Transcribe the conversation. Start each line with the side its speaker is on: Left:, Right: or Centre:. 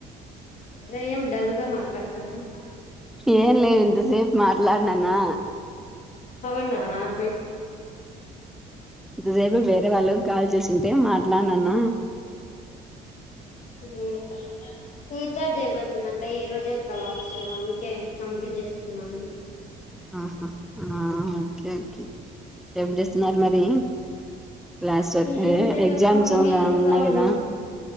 Left: రెం డల్ గా మాట్లాడుతుంది
Centre: ఏం లేదు ఇంత సేపు మాట్లాడిననా
Left: నా సైడ్
Centre: ఇంతసేపు వేరే వాళ్ళు కాల్ చేసింటే మాట్లాడినన
Left: ఇదే అక్క రీఛార్జ్ అయిపోతుందంట ఈ రోజే కలసు అందుకే కంప్లీట్ చేసుకుందామని
Centre: ఆహా ఆ ఓకే ఓకే ఏం చేస్తున్నారు మరి క్లాస్ వరకు
Left: ఏం
Centre: డే
Left: చేయలేక్క
Centre: ఎగ్జామ్స్
Left: మూవీ
Centre: ఉన్నాయి
Left: చూస్తా ఉన్నాం
Centre: కదా